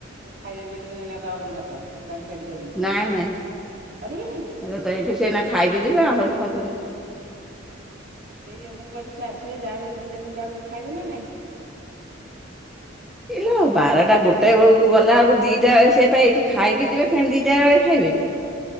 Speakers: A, on the right; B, in the centre.
A: ଖାଇବେ ଵେଲିକିନା ଏଇନା ଗରମ ଭାତ। ଡାଲି-ଫାଲି କରିବି।
B: ନାଇଁ, ନାଇଁ,
A: କରିବିନି
B: ସେ ତ ଏଇଠୁ ସେ ଏଇନା ଖାଇକି ଯିବେ, ଆହୁରି ଖାଉଛନ୍ତି।
A: ଆଉ ସେଇୟା ମୁଁ କହିଲି, ସିଏ ଆସିବେ ଯାହାବିହଲେ ଦିଟା, ତିନିଟାଳକୁ ଖାଇବେ ନା ନାହିଁ।
B: ଇଲୋ, ବାରଟା, ଗୋଟାଏ ବେଳକୁ ଗଲାଆଳୁ କୁ ଦିଟା ବେଳେ ସେ ପା ଏଇଠୁ ଖାଇକି ଯିବେ, ଫେଣେ ଦିଟା ବେଳେ ଖାଇବେ।